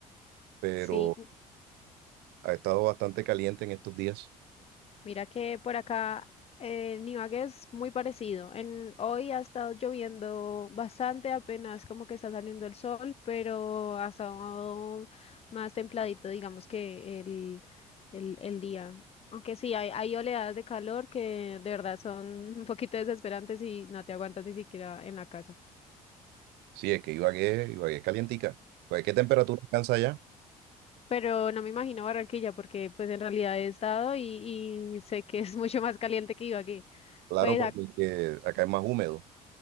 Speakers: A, on the right (about 55°); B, on the left (about 30°).
A: pero
B: Sí, m-
A: ha estado bastante caliente en estos días.
B: mira que por acá eh, en Ibagué es muy parecido. En, hoy ha estado lloviendo bastante, apenas como que está saliendo el sol, pero ha estado más templadito, digamos que el, el, el día. Aunque sí, hay, hay oleadas de calor que de verdad son <laughs> un poquito desesperantes y no te aguantas ni siquiera en la casa.
A: Sí, es que Ibagué, Ibagué es calientica. Pues, ¿qué temperatura alcanza allá?
B: Pero no me imagino Barranquilla porque pues en realidad he estado y, y sé que <laughs> es mucho más caliente que aquí.
A: Claro,
B: Pues
A: porque
B: ac-
A: acá es más húmedo.